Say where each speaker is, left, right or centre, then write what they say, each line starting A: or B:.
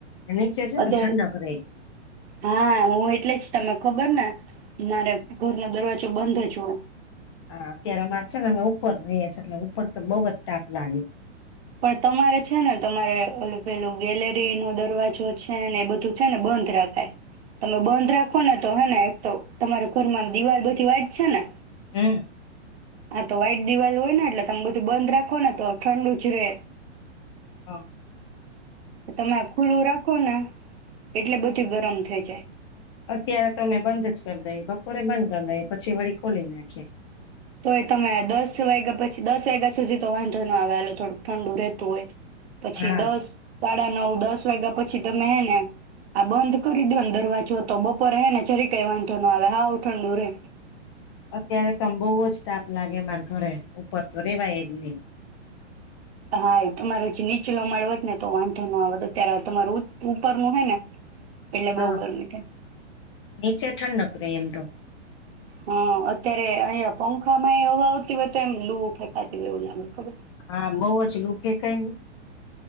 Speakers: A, on the left (about 25°); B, on the right (about 60°).
A: નીચે છે
B: અત્યારે
A: ને ઠંડક રે
B: હા હું એટલે જ તમે ખબર ને મારે ઘરનો દરવાજો બંધ જ હો
A: હ અત્યારે અમે છે ને અમે ઉપર રહીએ છીએ એટલે ઉપર તો બહુ જ તાપ લાગે
B: પણ તમારે છે ને તમારે ઓલું પેલું ગેલેરીનો દરવાજો છે ને એ બધું છે ને બંધ રાખાય તમે બંધ રાખો ને તો હેને એક તો તમારા ઘરમાં દિવાલ બધી વાટ છે ને
A: હમ્મ
B: આ તો વાઈટ દિવાલ હોય ને એટલે તમે બધું બંધ રાખો ને તો ઠંડુ રે
A: હા
B: તમે ખુલ્લું રાખો ને એટલે બધું ગરમ થઈ જાય
A: અત્યારે તમે બંધ જ કરી દઈ બપોરે બંધ કરી દઈ પછી વળી ખોલી નાખી
B: તોય તમે દસ વાગ્યા પછી દસ વાગ્યા સુધી તો વાંધો ના આવે ઓલુ થોડુંક ઠંડુ રહેતું હોય પછી
A: હા.
B: દસ સાડા નવ દસ દસ વાગ્યા પછી તમે હે ને આ બંધ કરી દો ને દરવાજો તો બપોરે હે ને જરી કઈ વાંધો ન આવે હાઉ ઠડું રે
A: અત્યારે તો મ બહુ જ તાપ લાગે મારે ઘરે ઉપર તો રેવાય જ નહી
B: હા એ તમારે જે નીચલો મળવત ને તો વાંધો નો આવત અત્યારે તમારું ઉપર નું હે ને એટલે
A: હા
B: બહુ ગરમી થાય.
A: નીચે ઠંડક રહી એમ તો
B: હા અત્યારે અહંયા પંખા માં હવા આવતી હોય તો એમ લુ ફેકાતી હોય એવું લાગે ખબર
A: હા બહુ જ લૂકે કાય